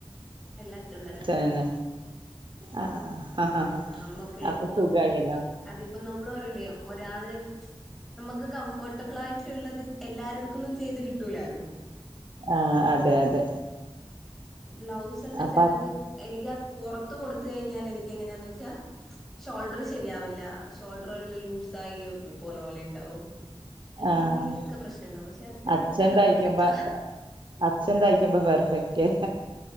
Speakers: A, in the centre; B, on the right.
A: എല്ലാം അച്ഛൻ തന്നെ
B: അച്ഛനന്നെ ആഹ്
A: ഉം അമ്മക്കുള്ളതും
B: അപ്പൊ സുഖായല്ലോ?
A: അതിപ്പോ നമ്മള് പറയൂലേ ഒരാള് നമ്മക്ക് കംഫോർട്ടബിൾ ആയിട്ട്ള്ളത് എല്ലാരടുക്കുന്നും ചെയ്ത് കിട്ടൂലാലോ?
B: ആഹ് അതെ അതെ
A: ബ്ലൗസ് ഒക്കെ
B: അപ്പൊ
A: ചെലത് എനിക്ക് പൊറത്ത് കൊടുത്ത് കഴിഞ്ഞാ എനിക്ക് എങ്ങനെയാന്ന് വെച്ചാ ഷോൾഡർ ശരിയാവില്ല ഷോൾഡർ വല്ല ലൂസായി പോവുന്ന പോലെയിണ്ടാവും അങ്ങനെ
B: ആഹ്
A: എന്തെങ്കിലൊക്കെ പ്രശ്നംണ്ടാവും പക്ഷെ അച്ഛനടിച്ചാ
B: അച്ഛൻ
A: അത്
B: തയ്ക്കുമ്പോ
A: പെർഫെക്റ്റാ
B: അച്ഛൻ തയ്ക്കുമ്പോ പെർഫെക്റ്റ്